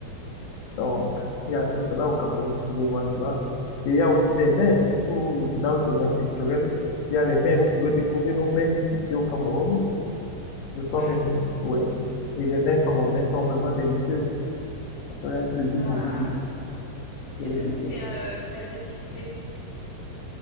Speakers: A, on the left (about 70°); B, on the right (about 25°).
A: Donc, il y a tout cela au Cameroun, vous pouvez voir cela. Et il y a aussi des mers, surtout dans le domaine culturel. Il y a des mers, vous pouvez découvrir nos mers ici au Cameroun. Ce sont
B: Oui.
A: des, oui. Et les mers camerounaises sont vraiment délicieuses. Ça ferait un plaisir
B: Ah.
A: pour vous de, de les
B: Est-ce
A: goûter.
B: que c'est euh, très épicé?